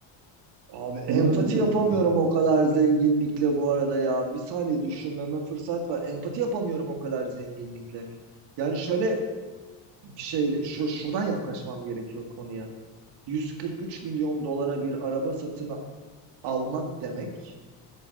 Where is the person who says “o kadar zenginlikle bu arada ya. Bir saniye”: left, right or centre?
Right